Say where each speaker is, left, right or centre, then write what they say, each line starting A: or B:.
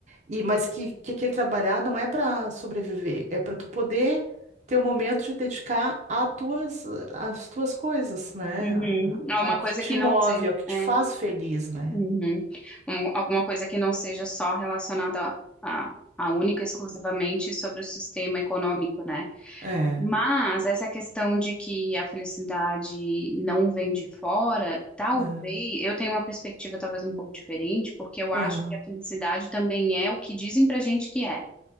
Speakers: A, on the right; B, in the centre.
A: E mas que, que aquele trabalhar não é para sobreviver, é para tu poder ter um momento de dedicar a tuas, às tuas coisas, né?
B: uhum,
A: A-
B: alguma
A: a- Ao que
B: coisa
A: te
B: que
A: move,
B: não seja,
A: ao que te
B: é,
A: faz feliz, né?
B: uhum, um- alguma coisa que não seja só relacionada a, a a única e exclusivamente sobre o sistema econômico, né?
A: É.
B: Mas essa questão de que a felicidade não vem de fora, talvez
A: Aham,
B: eu tenho uma perspectiva talvez um pouco diferente, porque eu acho
A: aham,
B: que a felicidade também é o que dizem pra gente que é